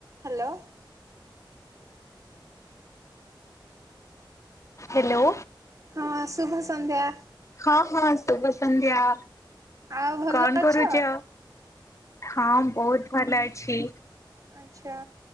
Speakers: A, on the right; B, on the left.
A: Hello.
B: Hello.
A: ହଁ ଶୁଭ ସନ୍ଧ୍ୟା।
B: ହଁ ହଁ, ଶୁଭ ସଂନ୍ଧ୍ୟା।
A: ଆଉ ଭଲ
B: କନ୍
A: ଅଛ?
B: କରୁଚ, ହଁ ବହୁତ ଭଲ ଅଛି।
A: ଆଚ୍ଛା।